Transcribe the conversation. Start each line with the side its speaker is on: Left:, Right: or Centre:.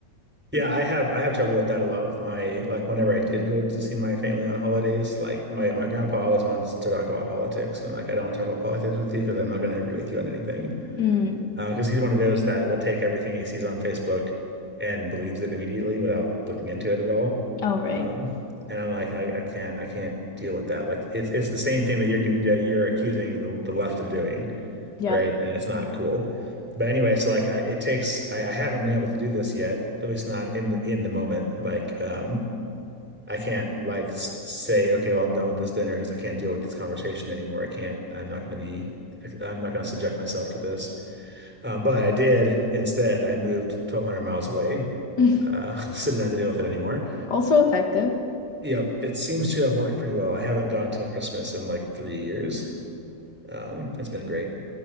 Centre: Yeah, I have I have trouble with that a lot with my like whenever I did go to see my family on holidays, like my my grandpa always wants to talk about politics, and I'm like I don't want to talk about politics with you because I'm not going to agree with you on anything.
Left: Mm.
Centre: because he's one of those that will take everything he sees on Facebook and believes it immediately without looking into it at all.
Left: Oh, right.
Centre: Um, and I'm like, I, I can't, I can't deal with that. Like, it's it's the same thing that you're con that you're accusing the, the left of doing,
Left: Yep.
Centre: right? And it's not cool. But anyway, so like, I, it takes. I, I haven't been able to do this yet, at least not in the, in the moment. Like, um, I can't like s- say, okay, well, I'm done with this dinner because I can't deal with this conversation anymore. I can't. I'm not going to be. I'm not going to subject myself to this. Um, but I did instead. I moved 1,200 miles away,
Left: <laughs>
Centre: uh, <laughs> so didn't have to deal with it anymore.
Left: Also effective.
Centre: Yep, it seems to have worked pretty well. I haven't gone to Christmas in like three years. Um, it's been great.